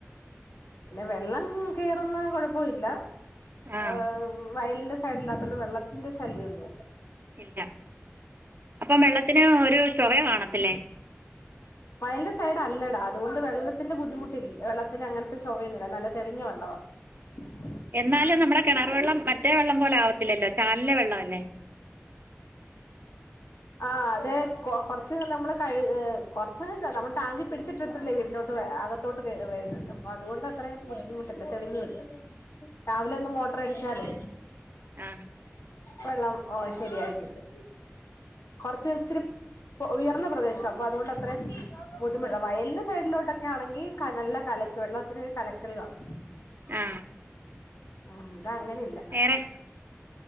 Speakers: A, on the left (about 75°); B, on the right (about 45°).
A: ന്നെ വെള്ളം കേറുന്ന കൊഴപ്പൊല്ല
B: ആഹ്
A: ഏ ഹ് വയലിന്റെ സൈഡല്ലാത്തോണ്ട് വെള്ളത്തിന്റെ ശല്ല്യോന്നുല്ല.
B: ഇല്ല അപ്പൊ വെള്ളത്തിന് ഒരു ചൊവയാ കാണത്തില്ലേ?
A: മയന്റെ സൈഡ് അല്ലടാ, അതുകൊണ്ട് വെള്ളത്തിന്റെ ബുദ്ധിമുട്ടില്ല. വെള്ളത്തിന് അങ്ങനത്തെ ചുവയൊന്നുല്ല നല്ല തെളിഞ്ഞ വെള്ളവാ. ഉ <unintelligible>
B: എന്നാലും നമ്മുടെ കിണർ വെള്ളം മറ്റേ വെള്ളം പോലെ ആവത്തില്ലല്ലോ ചാലിലെ വെള്ളം അല്ലേ.
A: ആ അതെ കൊ കുറച്ച് നമ്മള് കൈ ഏ കൊറച് ന്നലാ നമ്മൾ ടാങ്കിൽ പിടിച്ചിട്ടിട്ടല്ലെ വീട്ടിലോട്ടു വ അകത്തോട്ട് വരുന്നത് അപ്പോ അതുകൊണ്ടത്രയും ബുദ്ധിമുട്ട്. അല്ല തെളിഞ്ഞ് വിട്ട് രാവിലെ ഒന്ന് മോട്ടർ അടിച്ചല്
B: ആഹ്
A: വെള്ളം ഓ ശരിയായി കിട്ടും കൊറച്ച് ഇച്ചിരി ഉയർന്ന ഉയർന്ന പ്രദേശം അപ്പൊ അതുകൊണ്ട് അത്രയും <unintelligible> വയലിൻ്റെ സൈഡിലോട്ടൊക്കെ ആണെങ്കിൽ കന നല്ല കല വെള്ളത്തിന് ഒരു കലക്കല് കാണും
B: ആഹ്
A: ഉം. അത് അങ്ങനെല്ല.
B: വേറെ